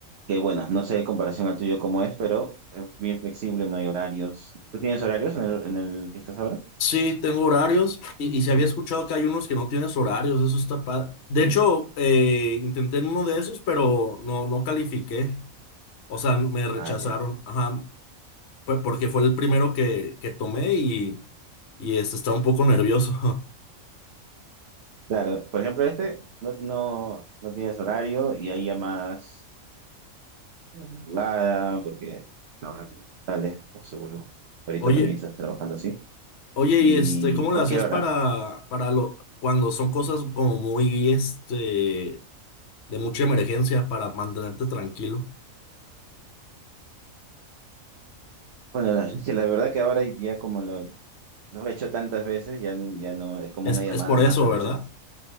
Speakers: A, on the right; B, on the left.
A: que bueno, no sé de comparación al tuyo cómo es, pero es bien flexible, no hay horarios. ¿Tú tienes horarios en el, en el que estás ahora?
B: Sí, tengo horarios y, y se había escuchado que hay unos que no tienes horarios, eso está padre. De hecho, eh, intenté en uno de esos, pero no, no califiqué. O sea, me rechazaron.
A: Ah, ya.
B: Ajá, fue porque fue el primero que, que tomé y, y este, estaba un poco nervioso.
A: Claro, por ejemplo, este no, no, no tienes horario y hay llamadas reguladas porque trabajas tales como seguro. Ahorita
B: <laughs> Oye,
A: también estás trabajando así.
B: oye,
A: Y
B: y este, ¿cómo
A: cualquier
B: le hacías
A: hora.
B: para, para lo, cuando son cosas como muy, este, de mucha emergencia para mantenerte tranquilo?
A: Bueno, la, <laughs> que la verdad que ahora ya como lo no Lo he hecho tantas veces, ya, ya no, es como
B: Es,
A: una llamada
B: es por
A: más
B: eso,
A: a
B: ¿verdad?
A: veces. <laughs>